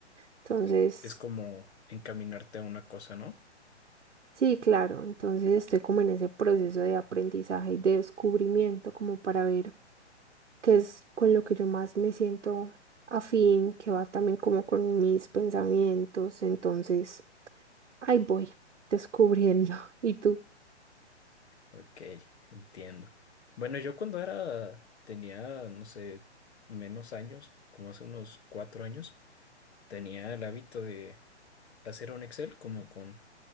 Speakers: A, on the right (about 85°); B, on the left (about 65°).
A: Entonces,
B: Sí. Es como encaminarte a una cosa, ¿no?
A: sí, claro, entonces estoy como en ese proceso de aprendizaje y de descubrimiento como para ver. que es con lo que yo más me siento afín, que va también como con mis pensamientos. Entonces, ahí voy descubriendo. <laughs> ¿Y tú?
B: Ok, entiendo. Bueno, yo cuando era, tenía, no sé, menos años, como hace unos cuatro años, tenía el hábito de hacer un Excel como con